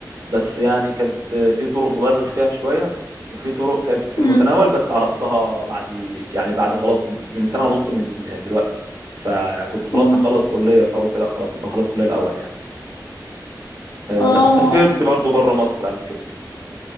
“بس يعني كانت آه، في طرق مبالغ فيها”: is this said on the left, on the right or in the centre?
Right